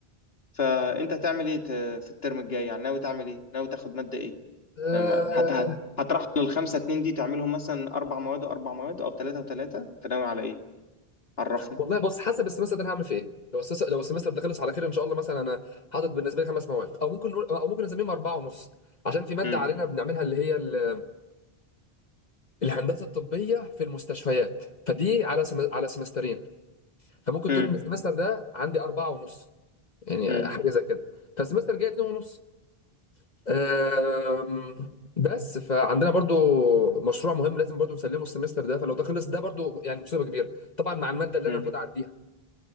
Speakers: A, on the left (about 70°); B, on the left (about 45°).
A: فانت هتعمل ايه ت- في الترم الجاي يعني ناوي تعمل ايه ناوي تاخد ماده ايه
B: أه...
A: لما هت هت هترحل الخمسه اتنين دي تعملهم مثلا اربع مواد واربع مواد او ثلاثه وثلاثه انت ناوي على ايه عرفني
B: والله بص حسب السمستر ده انا هعمل فيه ايه لو السس... لو السمستر ده خلص على خير ان شاء الله مثلا انا حاطط بالنسبه لي خمس مواد او ممكن نقول او ممكن نسميهم اربعه ونص عشان في ماده
A: مم.
B: علينا بنعملها اللي هي ال... الهندسه الطبيه في المستشفيات فدي على سم... على سمسترين فممكن
A: مم.
B: تقول ان السمستر ده عندي اربعه ونص يعني
A: مم.
B: حاجه زي كده فالسمستر الجاي اتنين ونص أم... بس فعندنا برضو مشروع مهم لازم برضو نسلمه السمستر ده فلو ده خلص ده برضو يعني مصيبه كبيره طبعا مع الماده اللي
A: مم.
B: انا المفروض اعديها